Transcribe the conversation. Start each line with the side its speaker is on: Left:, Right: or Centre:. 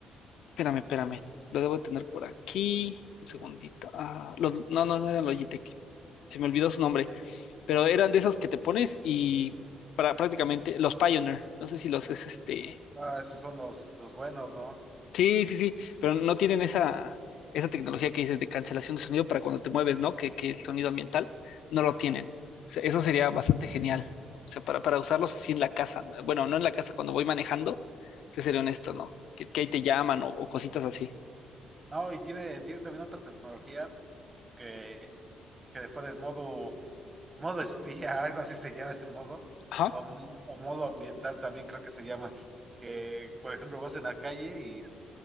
Left: espérame, espérame, lo debo tener por aquí, un segundito. Ah, los, no, no, no eran Logitech, se me olvidó su nombre, pero eran de esos que te pones y para, prácticamente los Pioneer, no sé si los es este.
Right: ah, esos son los, los buenos, ¿no?
Left: Sí, sí, sí, pero no tienen esa, esa tecnología que dices de cancelación de sonido para cuando te mueves, ¿no? Que, que el sonido ambiental no lo tienen. O sea, Eso sería bastante genial. O sea, para, para usarlos así en la casa. Bueno, no en la casa, cuando voy manejando, te seré honesto, ¿no? Que, que ahí te llaman o, o cositas así.
Right: No, y tiene, tiene también otra tecnología que que le pones modo, modo espía, <laughs> algo así se llama ese modo,
Left: Ajá.
Right: o, mo- o modo ambiental también creo que se llama, que por ejemplo vas en la calle y,